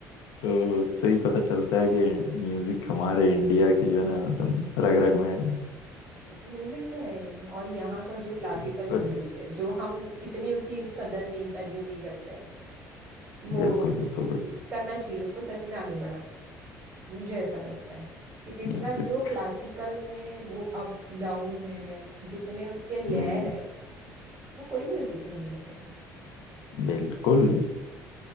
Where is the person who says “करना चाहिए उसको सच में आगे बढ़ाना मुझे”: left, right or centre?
Right